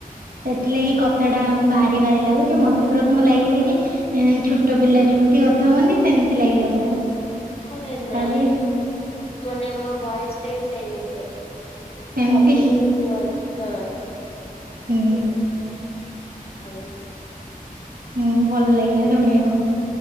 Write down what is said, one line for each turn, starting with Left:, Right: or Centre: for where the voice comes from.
Right: ସେଥିଲାଗି କଥା ଟା ଭାରି ଭାରି ଲାଗୁଚି। ମତେ ପ୍ରଥମ ଲାଗିଲା କି ଉଁ ଛୋଟ ପିଲା ଯେଉଁ ଏମିତି କଥା ହୁଅନ୍ତି ସେମିତି ଲାଗିଲା ପୁରା।
Left: ଆରେ ନାଇଁ
Right: ତାପରେ
Left: ମାନେ ମୋ ଭଏସଟା ବି ସେମିତି।
Right: ସେମିତି
Left: <unintelligible>
Right: ହୁଁ
Left: ଆଚ୍ଛା <unintelligible>
Right: ହୁଁ ଭଲ ଲାଗିଲା ଶୁଣିବାକୁ।